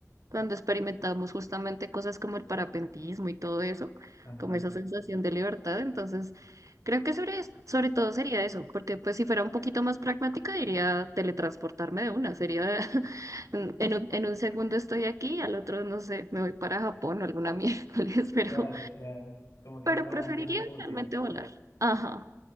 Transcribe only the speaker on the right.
cuando experimentamos justamente cosas como el parapentismo y todo eso,
como esa sensación de libertad. Entonces, creo que sobre, sobre todo sería eso, porque pues si fuera un poquito más pragmática diría teletransportarme de una, sería <laughs> en en un, en un segundo estoy aquí, al otro no sé, me voy para Japón o alguna miércoles, <laughs> pero,
pero
preferiría
realmente volar. Ajá,